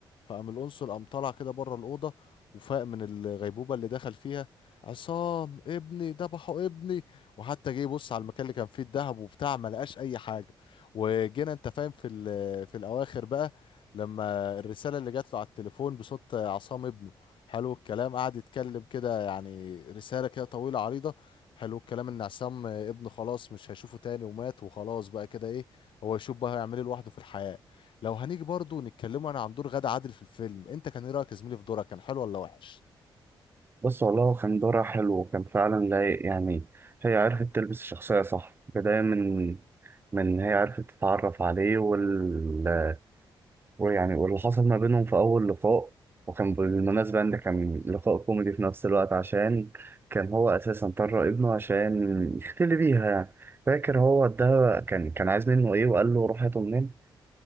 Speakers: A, on the left (about 70°); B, on the right (about 25°).
A: فقام القنصل قام طالع كده بره الأوضة وفاق من الغيبوبة اللي دخل فيها عصام ابني ذبحوا ابني وحتى جه يبص على المكان اللي كان فيه الذهب وبتاع ما لقاش أي حاجة وجينا أنت فاهم في ال- في الأواخر بقى لما الرسالة اللي جات له على التليفون بصوت عصام ابنه حلو الكلام قعد يتكلم كده يعني رسالة كده طويلة عريضة حلو الكلام ان عصام ابنه خلاص مش هيشوفه تاني ومات وخلاص بقى كده ايه هو يشوف بقى هيعمل ايه لوحده في الحياة لو هنيجي برضو نتكلموا انا عن دور غادة عادل في الفيلم انت كان ايه رايك يا زميلي في دورها كان حلو ولا وحش
B: بص والله هو كان دورها حلو وكان فعلا لايق يعني هي عرفت تلبس الشخصية صح بداية من من هي عرفت تتعرف عليه وال ويعني واللي حصل ما بينهم في أول لقاء وكان بالمناسبة إن كان لقاء كوميدي في نفس الوقت عشان كان هو أساسا طلع ابنه عشان يختلي بيها يعني فاكر هو ده كان كان عايز منه إيه وقال له روح هاته منين